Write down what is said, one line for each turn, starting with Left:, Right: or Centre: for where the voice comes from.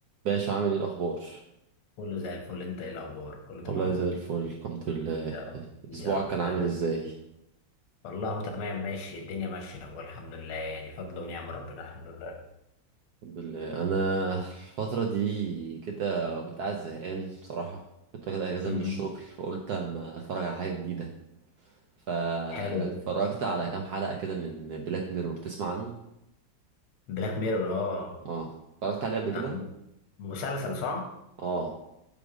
Right: باشا عامل ايه الاخبار
Left: كله زي الفل انت ايه الاخبار كله
Right: والله
Left: تمام
Right: زي الفل الحمد لله
Left: يا رب يا
Right: اسبوعك
Left: رب
Right: كان
Left: دايما
Right: عامل ازاي
Left: والله تمام ماشي الدنيا ماشيه والحمد لله يعني فضل ونعم ربنا الحمد لله
Right: الحمد لله انا الفتره دي كده كنت قاعد زهقان بصراحه كنت واخد اجازه
Left: امم
Right: من الشغل فقلت اما اتفرج على حاجه جديده فاتفرجت
Left: حلو ده
Right: على كام حلقه كده من بلاك ميرور تسمع عنه
Left: بلاك ميرور اه
Right: اه اتفرجت عليه قبل كده
Left: ده م- مسلسل صح
Right: اه